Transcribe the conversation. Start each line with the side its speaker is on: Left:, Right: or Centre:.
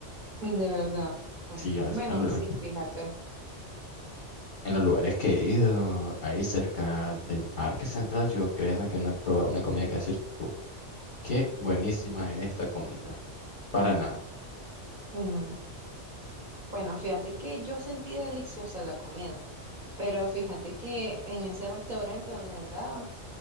Right: de verdad. Pues,
Left: Sí, ya
Right: bueno,
Left: es- en, lo-
Right: sí, fíjate.
Left: en los lugares que he ido, ahí cerca del Parque Central, yo créeme que no he probado una comida que decir, "Uf, qué buenísima es esta comida. Para nada.
Right: Mm, Bueno, fíjate que yo sentí deliciosa la comida, pero fíjate que en ese restaurante donde andaba,